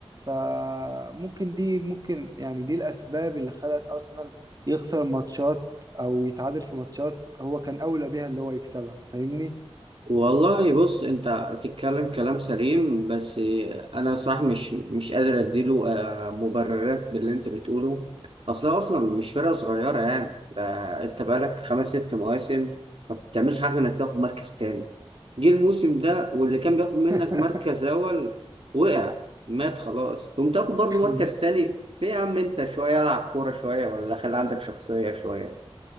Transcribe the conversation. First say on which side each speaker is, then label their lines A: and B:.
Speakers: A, on the right; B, on the right.
A: فممكن دي ممكن يعني دي الأسباب اللي خلت أرسنال يخسر ماتشات أو يتعادل في ماتشات هو كان أولى بيها اللي هو يكسبها فاهمني؟
B: والله بص انت بتتكلم كلام سليم بس انا صراحة مش مش قادر اديله آه، مبررات باللي انت بتقوله اصلا اصلا مش فرقة صغيرة يعني ده انت بقالك خمس ست مواسم ما بتعملش حاجة انك تاخد مركز تاني جه الموسم ده واللي كان بياخد منك
A: <laughs>
B: مركز اول وقع مات خلاص قمت تاخد برضه
A: <clears throat>
B: مركز تاني ليه يا عم انت شوية العب كورة شوية ولا خلي عندك شخصية شوية